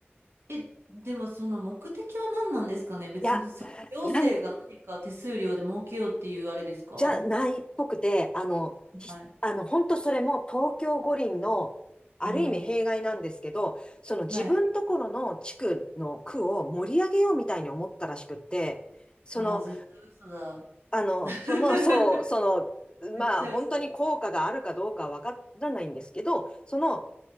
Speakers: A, on the right (about 75°); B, on the left (about 25°).
A: え、え、でもその目的は何なんですかね別にそ、
B: いや、
A: 行政が何か手数料で儲けようっていうあれですかは
B: なんじゃないっぽくて、あの、ひあの、
A: い。
B: 本当それも東京五輪の、ある意味弊害なんですけど、
A: うん。
B: その自分ところの地区の区を盛り上げようみたいに思ったらしくって、
A: はい。
B: その、
A: ああ、絶対嘘だ。<laughs>
B: あの、その、そう、その、
A: 絶対嘘だ。
B: まあ、本当に効果があるかどうかはわからないんですけど、その、